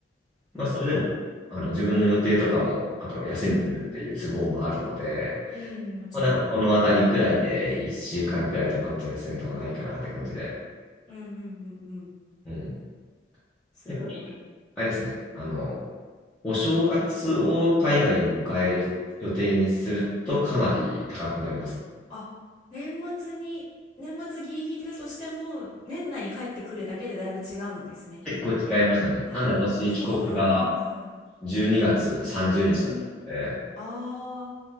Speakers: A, on the left; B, in the centre.
A: なるほど。
B: まあ、それでも、あの、自分の予定とかも、あと休み取れるっていう都合もあるので、
A: うんうん。うん、もちろん。
B: まあ、なんかこのあたりくらいで、1週間くらいとかんと休みとかないかなって感じで。
A: うんうんうんうん。
B: うん。
A: すごい。
B: やっぱり、あれですね、あの、お正月を海外で迎える予定にするとかなり高くなりますね。
A: あ、年末に、年末ギリギリだとしても、年内に帰ってくるだけでだいぶ違うんですね、
B: 結構違いますね。
A: 値段が。
B: なんで私、
A: そうなんだ。
B: 帰国が12月30日だったので、
A: うん。ああ。